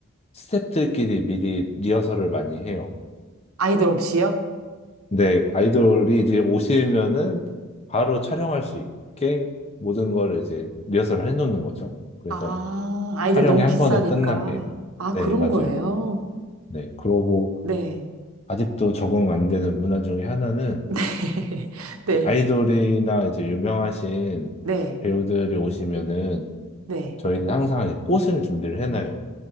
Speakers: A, on the left (about 30°); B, on the right (about 85°).
A: 스태프들끼리 미리 리허설을 많이 해요.
B: 아이들 없이요?
A: 근데 아이돌이 이제 오시면은 바로 촬영할 수 있게 모든 걸 이제 리허설을 해놓는 거죠. 그래서
B: 아, 아이들
A: 촬영이
B: 너무
A: 한
B: 비싸니까.
A: 번에 끝나게.
B: 아,
A: 네,
B: 그런
A: 맞아요.
B: 거예요?
A: 네, 그러고
B: 네,
A: 아직도 적응 안 되는 문화 중에 하나는
B: <laughs> 네,
A: 이제 아이돌이나 이제 유명하신
B: 네,
A: 배우들이
B: 네,
A: 오시면은
B: 네.
A: 저희는 항상 이 꽃을 준비를 해놔요.